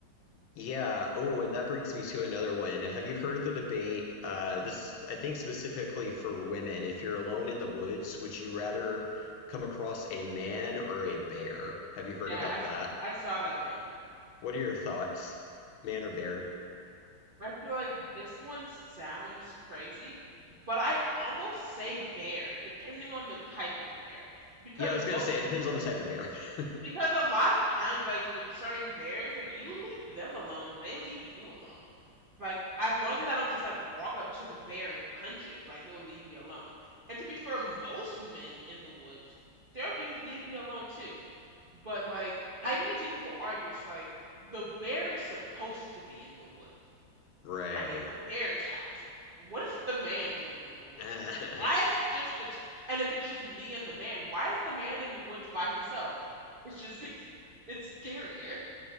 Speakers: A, on the left; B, on the right.
A: Yeah. Oh, and that brings me to another one. Have you heard the debate? Uh, this, I think, specifically for women. If you're alone in the woods, would you rather come across a man or a bear? Have you
B: Yeah,
A: heard about
B: I
A: that?
B: I saw that one.
A: What are your thoughts? Man or bear?
B: I feel like this one sounds crazy, but I'd almost say bear, depending on the type of bear. Because
A: Yeah, I was
B: most,
A: gonna say it depends on the type of bear. <laughs>
B: because a lot of times, like with certain bears, if you leave them alone, they leave you alone. Like, as long as I don't just like walk up to the bear and punch it, like it'll leave me alone. And to be fair, most men in the woods, they'll be leave me alone too. But like, I've even seen people argue, it's like the bear is supposed to be in the woods
A: Right.
B: I'm in the bear's house. What is the man doing in the woods?
A: <laughs>
B: Why is it just the t- and if it's just me and the man, why is the man in the woods by himself? It's just <laughs> it's scarier.